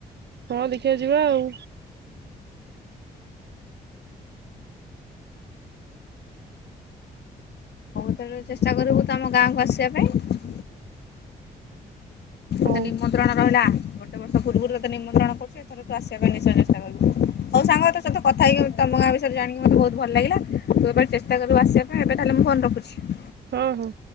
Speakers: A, on the right; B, on the left.
A: ହଁ ଦେଖିବା ଯିବା ଆଉ।
B: <unintelligible> ଚେଷ୍ଟା କରିବୁ ତୁ ଆମ ଗାଁକୁ ଆସିବା ପାଇଁ।
A: ହଉ
B: ତତେ ନିମନ୍ତ୍ରଣ ରହିଲା। ଗୋଟେ ବର୍ଷ ପୂର୍ବରୁ ତତେ ନିମନ୍ତ୍ରଣ କରୁଛ ଏଥର ତୁ ଆସ ସେ ପାଇଁ ନିଶ୍ଚୟ ଚେଷ୍ଟା କରୁ ହଉ ସାଙ୍ଗ ତ ସତ କଥା ହେଇକି ତମ ଗାଁ ବିଷୟରେ ଜାଣିକି ମତେ ବହୁତ ଭଲ ଲାଗିଲା। ତୁ ଏବେ ଚେଷ୍ଟା କରିବୁ ଆସିବା ପାଇଁ ଏବେ ତାହେଲେ ମୁଁ ଫୋନ୍ ରଖୁଛି।
A: ହଁ ହଁ।